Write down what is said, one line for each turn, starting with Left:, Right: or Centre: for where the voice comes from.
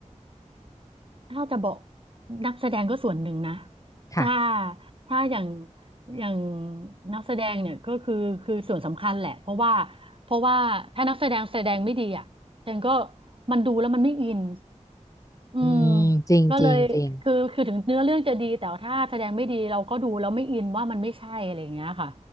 Right: ถ้าจะบอกนักแสดงก็ส่วนหนึ่งนะ
Left: ค่ะ
Right: ถ้าถ้าอย่างอย่างนักแสดงเนี่ยก็คือคือส่วนสำคัญแหละเพราะว่าเพราะว่าถ้านักแสดงแสดงไม่ดีอ่ะฉันก็มันดูแล้วมันไม่อิน อืม
Left: อืมจริงจริงจริง
Right: ก็เลยคือคือถึงเนื้อเรื่องจะดีแต่ว่าถ้าแสดงไม่ดีเราก็ดูแล้วไม่อินว่ามันไม่ใช่อะไรอย่างเงี้ยค่ะ